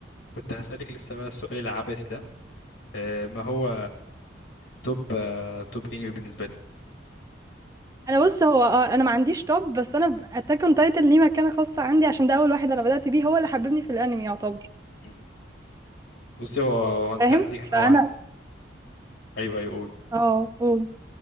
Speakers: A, on the left (about 85°); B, on the right (about 20°).
A: كنت هسألك لسه بقى السؤال العبثي ده آه، ما هو توب آه، توب انمي بالنسبة
B: انا بص هو آه، انا ما عنديش توب بس انا اتاك اون تايتن ليه مكانة خاصة عندي عشان ده اول واحد انا بدأت بيه هو اللي حببني في الانمي يعتبر
A: مم. بصي هو هو انت
B: فاهم
A: عندي
B: فانا
A: هو انت ايوه ايوه قول
B: اه قول